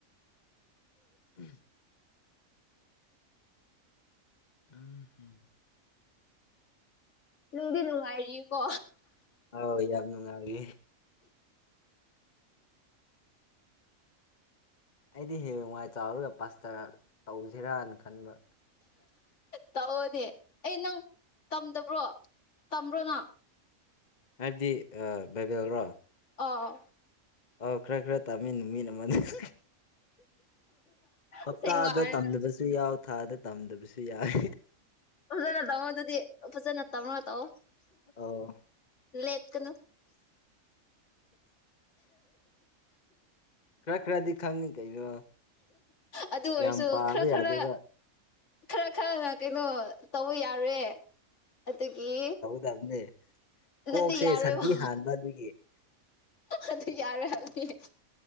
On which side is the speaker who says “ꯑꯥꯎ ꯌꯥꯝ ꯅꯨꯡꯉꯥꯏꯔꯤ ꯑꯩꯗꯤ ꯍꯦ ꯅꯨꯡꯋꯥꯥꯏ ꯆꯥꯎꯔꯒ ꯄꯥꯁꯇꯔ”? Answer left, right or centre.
Left